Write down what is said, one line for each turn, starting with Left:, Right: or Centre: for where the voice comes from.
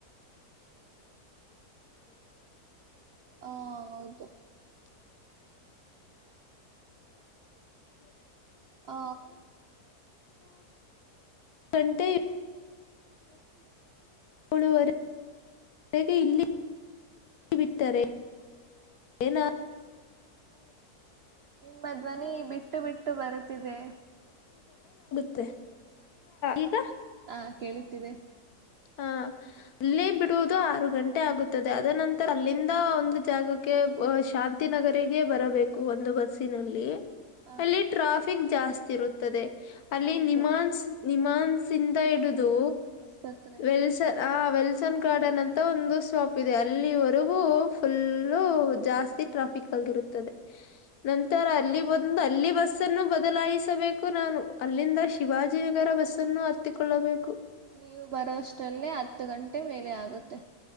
Right: <unintelligible> ಹಾ ಹೌದು
Left: <inaudible>
Right: ಹ
Left: ಗಂಟೆ
Right: <inaudible>
Left: ಏಳುವರೆಗೆ ಇಲ್ಲಿ ಬಿಟ್ಟರೆ ಏನ <inaudible>
Right: ನಿಮ್ಮ ಧ್ವನಿ ಬಿಟ್ಟು ಬಿಟ್ಟು ಬರುತ್ತಿದೆ
Left: ಮ ಈಗ <inaudible>
Right: ಹಾ ಕೇಳುತ್ತಿದೆ
Left: ಹಾ ಅಲ್ಲೇ ಬಿಡುವುದು ಆರು ಗಂಟೆ ಆಗುತ್ತದೆ ಅದ ನಂತರ ಅಲ್ಲಿಂದ ಒಂದು ಜಾಗಕ್ಕೆ ಶಾಂತಿನಗರಿಗೆ ಬರಬೇಕು ಒಂದು ಬಸ್ಸಿನಲ್ಲಿ
Right: ಹಾ
Left: ಅಲ್ಲಿ ಟ್ರಾಫಿಕ್ ಜಾಸ್ತಿ ಇರುತ್ತದೆ ಅಲ್ಲಿ
Right: ಹೌದು
Left: ನಿಮಾನ್ಸ್ ನಿಮಾನ್ಸ್ ಇಿಂದ ಹಿಡಿದು
Right: ಪತ್
Left: ವೆಲ್ಸನ್ ಆ ವೆಲ್ಸನ್ ಗಾರ್ಡನ್ ಅಂತ ಒಂದು ಶಾಪ್ ಇದೆ ಅಲ್ಲಿವರೆಗೂ ಫುಲ್ಲು ಜಾಸ್ತಿ ಹೆವಿ ಟ್ರಾಫಿ ಆಗಿರುತ್ತದೆ ನಂತರ ಅಲ್ಲಿ ಬಂದು ಅಲ್ಲಿ ಬಸ್ನ್ನು ಬದಲಾಯಿಸಬೇಕು ನಾನು ಅಲ್ಲಿಂದ ಶಿವಾಜಿನಗರ ಬಸ್ ಅನ್ನು ಹತ್ತಿಕೊಳ್ಳಬೇಕು
Right: ನೀವು ಬರೋಷ್ಟಲ್ಲೇ ಹತ್ತು ಗಂಟೆ ಮೇಲೆ ಆಗುತ್ತೆ